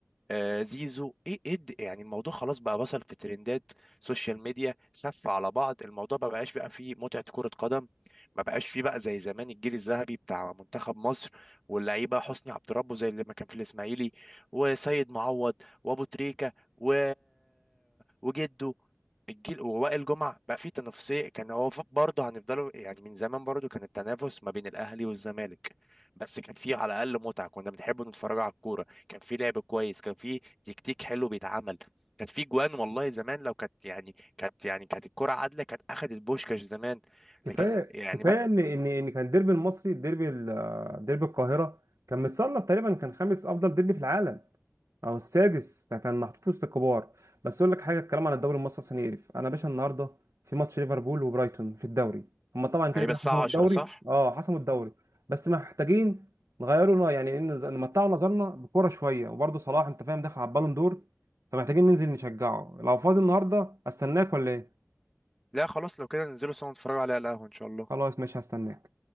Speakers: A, in the centre; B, on the right.
A: آه، زيزو ايه ايه الد- يعني الموضوع خلاص بقى وصل في ترندات سوشيال ميديا سف على بعض الموضوع ما بقاش بقى فيه متعة كرة قدم ما بقاش فيه بقى زي زمان الجيل الذهبي بتاع منتخب مصر واللعيبة حسني عبد ربه زي اللي ما كان في الاسماعيلي وسيد معوض وابو تريكة و... وجده الجيل ووائل جمعة بقى فيه تنافسية كان هو ف- برضه هنفضلوا يعني من زمان برضه كان التنافس ما بين الاهلي والزمالك بس كان فيه على الاقل متعة كنا بنحب نتفرج على الكورة كان في لعب كويس كان في تكتيك حلو بيتعمل كان في جوان والله زمان لو كانت يعني كانت يعني كانت الكرة عادلة كانت أخدت بوشكاش زمان
B: كفايه
A: لكن يعني
B: كفايه
A: ما
B: ان ان ان كان الديربي المصري الديربي ال- ديربي القاهره كان متصنف تقريبا كان خامس افضل ديربي في العالم او السادس ده كان محطوط وسط الكبار بس اقول لك حاجه الكلام عن الدوري المصري عشان يقرف انا يا باشا النهارده في ماتش ليفربول وبرايتون في الدوري هما طبعا كده
A: هيبقى
B: كده
A: الساعة
B: حسموا
A: 10
B: الدوري
A: صح؟
B: اه حسموا الدوري بس محتاجين نغيروا نا- يعني إن- نمتعوا نظرنا بكوره شويه وبرده صلاح انت فاهم داخل على البالون دور فمحتاجين ننزل نشجعه لو فاضي النهارده استناك ولا ايه
A: لا خلاص لو كده ننزلوا سوا نتفرجوا عليها على القهوة إن شاء الله
B: خلاص ماشي هستناك